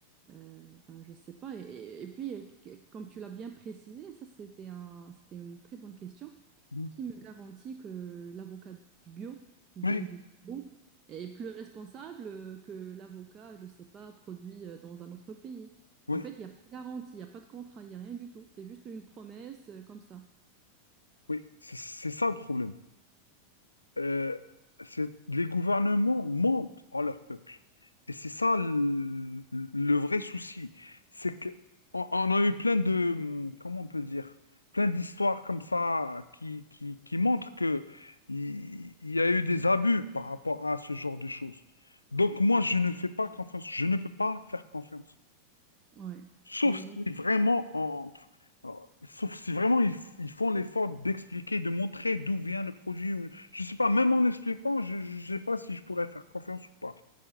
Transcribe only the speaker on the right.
Euh, ben, je sais pas. Et, et puis, euh, que- comme tu l'as bien précisé, ça c'était un, c'était une très bonne question.
Qui me garantit que l'avocat bio qui
vient du Pérou est plus responsable euh, que l'avocat, je sais pas, produit euh, dans un autre pays?
En fait, il n'y a pas de garantie, il n'y a pas de contrat, il n'y a rien du tout. C'est juste une promesse euh, comme ça.
Ouais.
Ouais,
ouais.